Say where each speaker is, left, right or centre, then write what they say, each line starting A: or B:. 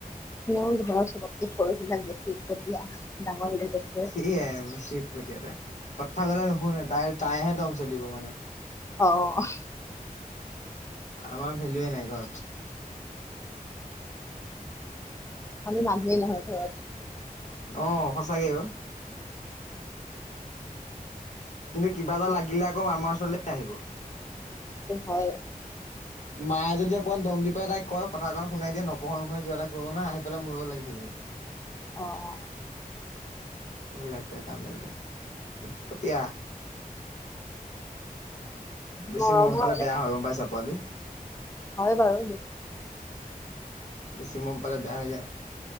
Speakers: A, on the left; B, on the left.
A: ম ঘৰৰ চবকে সৰুবিলাক বেছি উৎপতীয়া আহা ডাঙৰ বিলাকতকৈ
B: সেইয়াই বেছি উৎপতীয়া তাই কথা কলে নুশুনে তাই তাইহে দম চলিব মানে।
A: অহ,
B: আমাৰ ভেলুয়ে নাই ঘৰত
A: আমি মানুহেই নহয় ঘৰত।
B: অ সঁচাকে অ, কিন্তু কিবা এটা লাগিলে আকৌ আমাৰ ওচৰলে আহিব
A: সেইটো হয়।
B: মায়ে যদি অকমান দম দি পেলাই তাইক কয় কথা এটা শুনাই দিয়ে নপঢ় শুনে কিবা এটা কৰিব নোৱাৰে আহিপেলাই মোৰ লগ লাগি থাকিবহি <inaudible>
A: অঁ অ।
B: এইবিলাক তাইৰ কাণ্ডবিলাক উৎপতিয়া। বেছি
A: মৰমৰ
B: মৰম পালে
A: হ'লে
B: বেয়া হয় গম পাইচা পোৱালি।
A: হয় বাৰু
B: বেছি মৰম পালে বেয়া হৈ যায়।